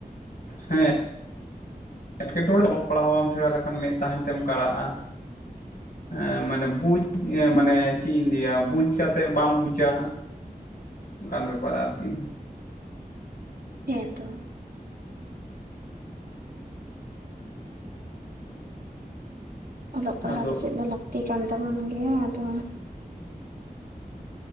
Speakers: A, on the left; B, on the right.
A: ᱦᱮᱸ ᱮᱴᱠᱮᱴᱚᱬᱮ ᱚᱞᱚᱜ ᱯᱟᱲᱦᱟᱜ ᱵᱟᱢ ᱥᱮᱬᱟ ᱞᱮᱠᱷᱟᱱ ᱢᱮᱫ ᱛᱟᱦᱮᱸᱱ ᱛᱮᱢ ᱠᱟᱲᱟᱜᱼᱟ᱾
B: <inaudible>
A: ᱮᱸ ᱢᱟᱱᱮ ᱵᱩᱡᱽ ᱮᱸ ᱢᱟᱱᱮ ᱪᱮᱫ ᱤᱧ ᱞᱟᱹᱭᱟ ᱵᱩᱡᱽ ᱠᱟᱛᱮᱜ ᱵᱟᱢ ᱵᱩᱪᱟ᱾ ᱚᱱᱠᱟᱱ ᱵᱮᱯᱟᱨ ᱟᱨᱠᱤ᱾
B: ᱦᱮᱸ ᱛᱚ᱾ ᱚᱞᱚᱜ ᱯᱟᱲᱦᱟᱣ
A: ᱟᱫᱚ
B: ᱫᱚ, ᱪᱮᱫ ᱫᱚ ᱞᱟᱹᱠᱛᱤ ᱠᱟᱱ ᱛᱟᱵᱚᱱ ᱜᱮᱭᱟ, ᱟᱫᱚ
A: <inaudible>